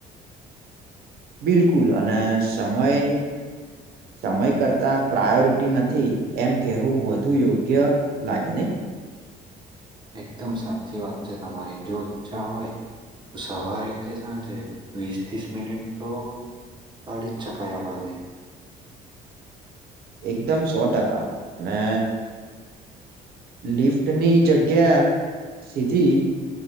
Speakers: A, on the right (about 65°); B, on the right (about 25°).
A: બિલકુલ અને સમયે સમય કરતાં પ્રાયોરિટી નથી એમ કહેવું વધુ યોગ્ય લાગે ને.
B: એકદમ સાચી વાત છે તમારી જો ઈચ્છા હોય. સવારે કે સાંજે વીસ ત્રીસ મિનિટ તો ગાડી ચકયા આપણાથી.
A: એકદમ સો ટકા, અને લિફ્ટની જગ્યા સીધી